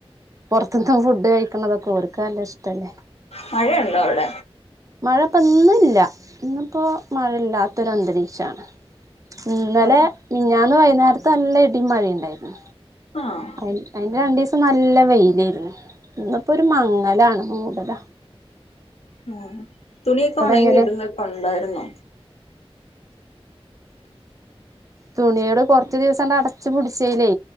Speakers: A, on the right; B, on the left.
A: പുറത്ത്ന്നും ഫുഡ് കഴിക്കുന്നതൊക്കെ അവര്ക്കല്ല ഇഷ്ടല്ല
B: മഴയുണ്ടോ അവിടെ
A: മഴ ഇപ്പോ ഇന്നില്ല ഇന്നിപ്പോ മഴയില്ലാത്തൊര അന്തരീക്ഷാണ് ഇന്നലെ
B: ഓഹ്
A: മിനിഞ്ഞാന്ന് വയ് നേര്ത്തെ നല്ല ഇടീം മഴേ ഇണ്ടായിനി
B: ആഹ്
A: അയ്ൽ അയ്ന്റെ രണ്ടീസ് നല്ല വെയിലേര്ന്നു ഇന്ന് പ്പൊരു മങ്ങലാണ് മൂടല
B: ന്നാഹ് തുണിയക്കെ ഉണെങ്ങി
A: എങ്ങനെ
B: കിട്ടുന്നോക്കെ ഉണ്ടായിരുന്നോ
A: തുണിയോട് കുറച്ച ദിവസം അടച്ച് പിടിച്ചലേ